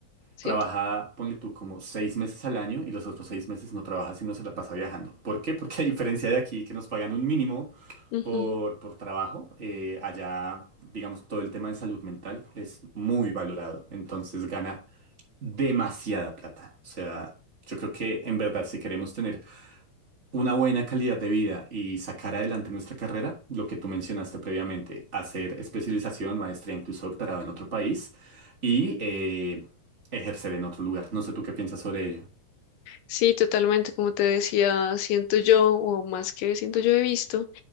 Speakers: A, on the left; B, on the right.
A: Sí.
B: Trabaja, ponle tú, como seis meses al año y los otros seis meses no trabaja sino se la pasa viajando. ¿Por qué? Porque a diferencia de aquí que nos pagan un mínimo
A: Ujú.
B: por, por trabajo, eh, allá, digamos, todo el tema de salud mental es muy valorado. Entonces gana demasiada plata. O sea, yo creo que en verdad si queremos tener una buena calidad de vida y sacar adelante nuestra carrera, lo que tú mencionaste previamente, hacer especialización, maestría, incluso doctorado en otro país y eh, ejercer en otro lugar. No sé tú qué piensas sobre ello.
A: Sí, totalmente. Como te decía, siento yo, o más que siento yo, he visto